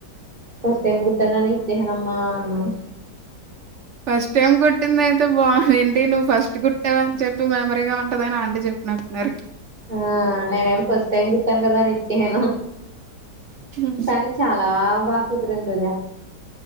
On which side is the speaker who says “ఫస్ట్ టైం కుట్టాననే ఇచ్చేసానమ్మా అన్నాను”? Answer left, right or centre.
Right